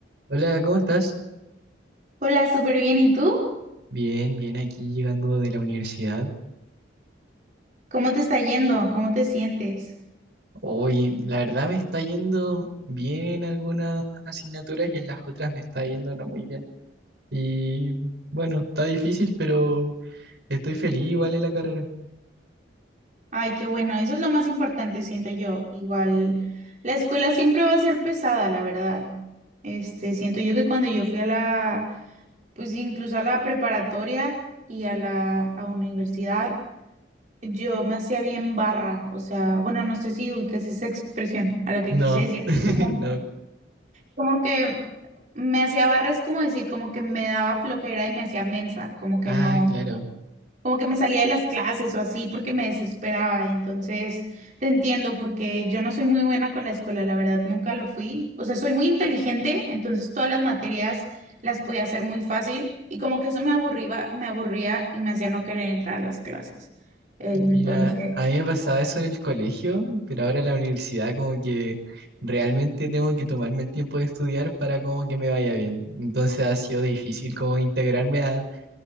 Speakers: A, on the right; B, on the right.
A: Hola, ¿cómo estás?
B: Hola, súper bien. ¿Y tú?
A: Bien, bien, aquí llegando de la universidad.
B: ¿Cómo te está yendo? ¿Cómo te sientes?
A: Hoy, la verdad me está yendo bien en algunas asignaturas y en las otras me está yendo no muy bien. Y bueno, está difícil, pero estoy feliz igual en la carrera.
B: Ay, qué bueno. Eso es lo más importante, siento yo. Igual, la escuela siempre va a ser pesada, la verdad. Este, siento yo que cuando yo fui a la, pues incluso a la preparatoria y a la a universidad, yo me hacía bien barra. O sea, bueno, no sé si ubicas esa expresión a lo que
A: No,
B: quise decir.
A: <laughs>
B: Como,
A: no.
B: como que me hacía barra es como decir, como que me daba flojera y me hacía mensa, como que
A: Ah,
B: no.
A: claro.
B: como que me salía de las clases o así porque me desesperaba. Entonces, te entiendo porque yo no soy muy buena con la escuela, la verdad, nunca lo fui. O sea, soy muy inteligente, entonces todas las materias las podía hacer muy fácil y como que eso me aburría, me aburría y me hacía no querer entrar a las clases. Mm.
A: Mira,
B: Entonces,
A: a mí me pasaba eso en el colegio, pero ahora en la universidad como que realmente tengo que tomarme el tiempo de estudiar para como que me vaya bien. Entonces ha sido difícil como integrarme a